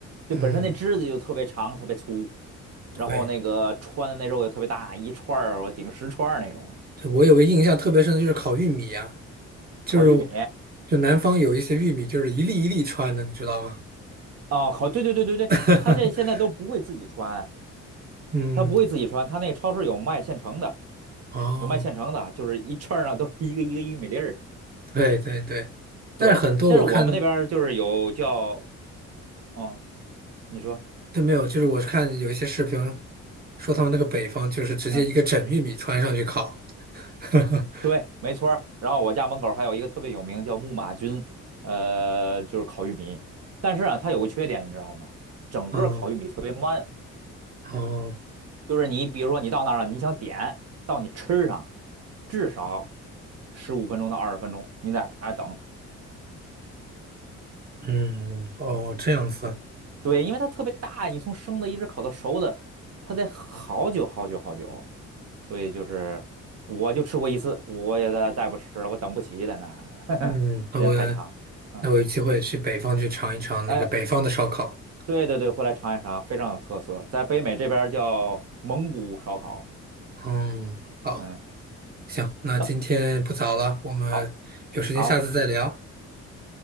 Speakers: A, on the right; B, on the right.
A: 就本身那枝子就特别长、
B: 嗯，
A: 特别粗，
B: 对，
A: 然后那个穿的那肉也特别大，一串儿我顶十串儿那种。
B: 对我有个印象特别深的就是烤玉米呀、就是
A: 烤玉米
B: 就南方有一些玉米，就是一粒一粒穿的，你知道吗？
A: 啊，烤，对对对对对，
B: <laughs>
A: 他这现在都不会自己穿，
B: 嗯，
A: 他不会自己穿，他那超市有卖现成的，
B: 哦，
A: 有卖现成的，就是一串儿上都是一个一个玉米粒儿。
B: 对对对，但是很多我看
A: 对，但是我们那边儿就是有叫，嗯，你说。
B: 都没有，就是我看有一些视频说他们那个北方就是直接一个整玉米穿上去烤。
A: 嗯。
B: <laughs>
A: 对，没错儿。然后我家门口还有一个特别有名叫木马军，呃，就是烤玉米。但是啊，它有个缺点，你知道吗？整个烤玉米特别慢，
B: 哦哦，
A: 就是你比如说你到那儿了，你想点到你吃上，至少十五分钟到二十分钟，你在那儿等。
B: 嗯哦，这样子，
A: 对，因为它特别大，你从生的一直烤到熟的，它得好久好久好久。所以就是我就吃过一次，我也再再不吃了，我等不起在那儿，
B: 嗯，
A: <laughs> 时间太长。
B: 那我
A: 嗯。
B: 那我有机会去北方去尝一尝那个北方的烧烤。
A: 哎。对对对，回来尝一尝，非常有特色，在北美这边儿叫蒙古烧烤。
B: 嗯，好，
A: 嗯，
B: 行，那今天不早了，
A: 行，
B: 我们有时间下次再聊。
A: 好，好，